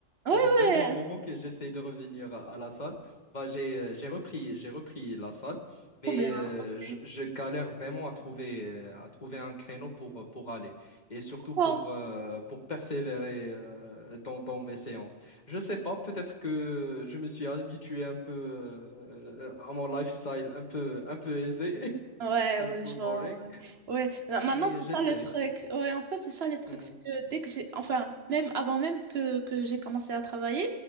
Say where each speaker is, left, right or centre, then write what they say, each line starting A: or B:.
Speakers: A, on the right (about 60°); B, on the left (about 40°).
A: Ouais,
B: Ça fait vraiment
A: ouais,
B: un moment que j'essaie de revenir à, à la salle. Bah, j'ai, euh, j'ai repris, j'ai repris la salle, mais
A: trop bien.
B: euh,
A: Ok.
B: je, je galère vraiment à trouver, euh, à trouver un créneau pour, euh, pour aller et surtout
A: Pourquoi?
B: pour, euh, pour persévérer euh, dans, dans mes séances. Je sais pas, peut-être que je me suis habitué un peu euh, à mon lifestyle un peu, un peu aisé,
A: Ouais,
B: <laughs> un
A: ouais,
B: peu
A: je
B: boring,
A: vois. Ouais. Ouais. Non, Maintenant,
B: mais
A: c'est
B: j'essaie.
A: ça le truc. Ouais, en fait, c'est ça le truc.
B: Mhm.
A: C'est que dès que j'ai, enfin, même avant même que, que j'ai commencé à travailler,